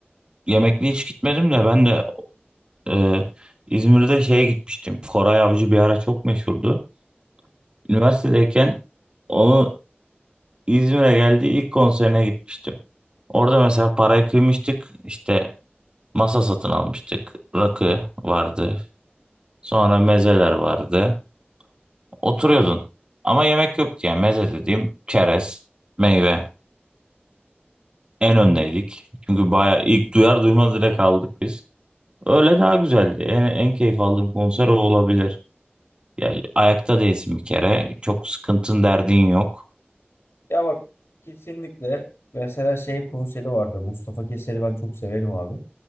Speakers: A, on the right; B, on the left.
A: Yemekli hiç gitmedim de ben de e, İzmir'de şeye gitmiştim. Koray Avcı bir ara çok meşhurdu. Üniversitedeyken onu İzmir'e geldiği ilk konserine gitmiştim. Orada mesela parayı kıymıştık. İşte masa satın almıştık. Rakı vardı. Sonra mezeler vardı. Oturuyordun. Ama yemek yoktu yani. Meze dediğim çerez, meyve. En öndeydik.
B: Hı.
A: Çünkü bayağı ilk duyar duymaz direkt aldık biz. Öyle daha güzeldi. En, en keyif aldığım konser o olabilir. yani ayakta değilsin bir kere. Çok sıkıntın derdin yok.
B: Ya bak kesinlikle mesela şey konseri vardı. Mustafa Keser'i ben çok severim abi.